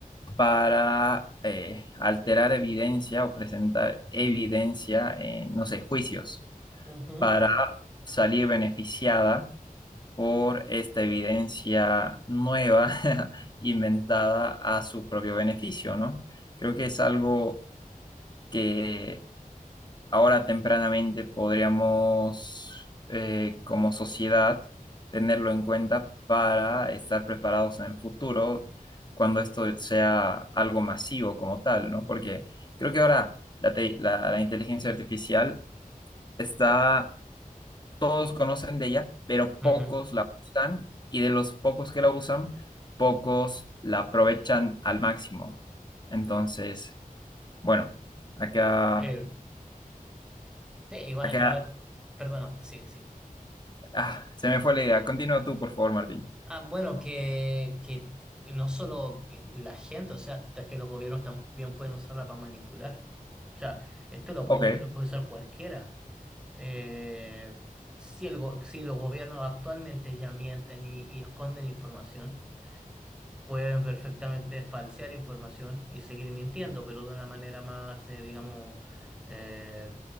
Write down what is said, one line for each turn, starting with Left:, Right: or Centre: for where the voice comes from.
Left: para eh, alterar evidencia o presentar evidencia en, no sé, juicios.
Centre: Ujú.
Left: para salir beneficiada por esta evidencia nueva <laughs> inventada a su propio beneficio, ¿no? Creo que es algo que ahora tempranamente podríamos, eh, como sociedad, tenerlo en cuenta para estar preparados en el futuro cuando esto sea algo masivo como tal, ¿no? Porque creo que ahora la, te- la la inteligencia artificial está todos conocen de ella, pero
Centre: Ujú.
Left: pocos la usan y de los pocos que la usan, pocos la aprovechan al máximo. Entonces, bueno, acá,
Centre: Eh, sí, igual,
Left: acá,
Centre: igual. Perdona, sigue, sigue.
Left: ah, se me fue la idea. Continúa tú, por favor, Martín.
Centre: Ah, bueno, que, que no solo que la gente, o sea, hasta que los gobiernos también pueden usarla para manipular. O sea, esto lo puede,
Left: Ok,
Centre: lo puede usar cualquiera. Eh, si, el go- si los gobiernos actualmente ya mienten y, y esconden información. pueden perfectamente falsear información y seguir mintiendo, pero de una manera más, eh, digamos, eh,